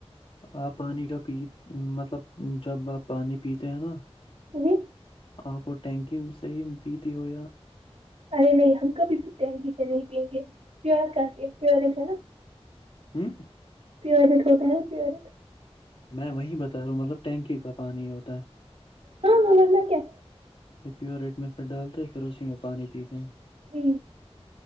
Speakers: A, on the left; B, on the right.
A: آپ پانی کا پی مطلب جب آپ پانی پیتے ہیں نا
B: جی
A: آپ وہ ٹینکی سے ہی پیتی ہو یا
B: ارے نہیں ہم کبھی بھی ٹینگی سے نہیں پیئیں گے پیور کر کے پیور رہتا ہے نا
A: ہمم
B: پیریٹ کا پانی پیریٹ
A: میں وہی بتا رہا ہوں مطلب ٹینکی کا پانی ہوتا ہے
B: ہاں ہاں ورنا کیا
A: پیورٹ میں پھر ڈالتے پھر اسی میں پانی پیتے
B: جی